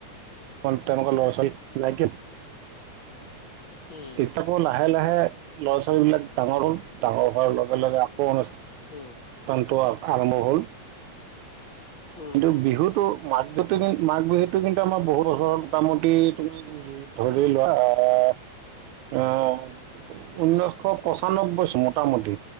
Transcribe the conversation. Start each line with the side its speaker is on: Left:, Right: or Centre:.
Right: অ তেনেকুৱা ল'ৰা ছোৱালী লাইকে
Left: উম।
Right: আকৌ লাহে লাহে ল'ৰা ছোৱালী বিলাক ডাঙৰ হ'ল, ডাঙৰ হোৱাৰ লগে লগে আকৌ অনুষ্ঠান
Left: উম।
Right: ষ্ঠানটো আৰম্ভ হ'ল।
Left: উম
Right: কিন্তু
Left: হম
Right: বিহুতো মাঘটো তুমি মাঘ বিহুতটো কিন্তু আমাৰ বহুত বছৰ মোটামুটি তুমি ধৰি লোৱা আহ আহ ঊনৈছশ পঁচান্নব্বৈ মোটামুটি